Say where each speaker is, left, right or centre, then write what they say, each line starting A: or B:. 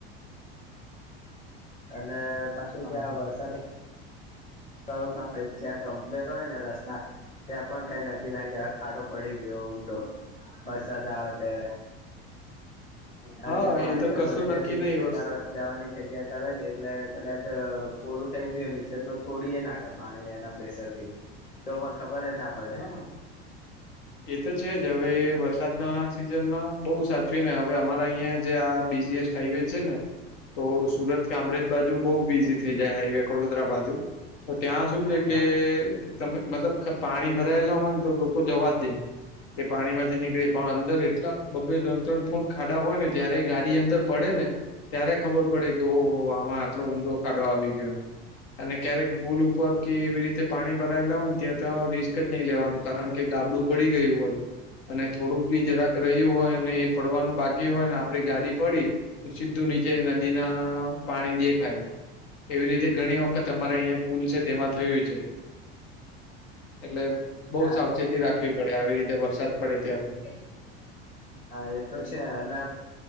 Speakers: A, on the left; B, on the left.
A: અને પાછું
B: હા
A: ક્યાં વરસાદ સારું કામ ત્યાં કમ્પ્લીટ હોય ને રસ્તા ત્યાં પણ કઈ નક્કી નાખ્યા ખાડો પડી ગયો ઊંડો વરસાદ આવે ત્યારે
B: <inaudible>
A: કારણ
B: હા
A: કે પાણી
B: એ
A: તો
B: કશું
A: ગમે ત્યાં
B: નક્કી નહી વર્ષ
A: જવાની જગ્યા કરે જ એટલે કદાચ પોળું થઈ ગયું નીચે તો તોડી નાખે પાણી એના પ્રેશર થી તો પણ ખબર ના પડેવર
B: હા એ તો છે જ હવે વરસાદના સિઝન માં બહુ સાચવી ને હવે અમારે અહીં જે આ બિઝીએસ્ટ હાઈવે છે, ને તો સુરત કામરેજ બાજુ બહુ બીઝી થઈ જાય હાઈવે વડોદરા બાજુ તો ત્યાં શું છે,
A: હા
B: કે તમે મતલબ પાણી ભરાયેલા હોય ને તો લોકો જવા જ દે કે પાણી માંથી નીકળે પણ અંદર એટલા બબે ત્રણ ત્રણ ફૂટ ખાડા હોય ને જયારે ગાડી અંદર પડે ને ત્યારે ખબર પડે કે ઓહ આમાં આટલો ઊંડો ખાડો આવી ગયો અને ક્યારેક પુલ ઉપર કે એવી રીતે પાણી ભરાયેલા હોય. તો રિસ્ક જ નહીં લેવાનું કારણ કે ગાબડું પડી ગયું હોય. અને થોડુંક બી જરાક રહ્યું હોય અને એ પડવાનું બાકી હોય ને આપડી ગાડી પડી. સીધું નીચે નદી ના પાણી દેખાય. એવી રીતે ઘણી વખત અમારે અહિયાં પુલ છે, તેમાં થયું છે. એટલે બઉ
A: હા
B: સાવચેતી રાખવી પડે આવી રીતે વરસાદ પડે ત્યારે.
A: <unintelligible> હા એ તો છે, અને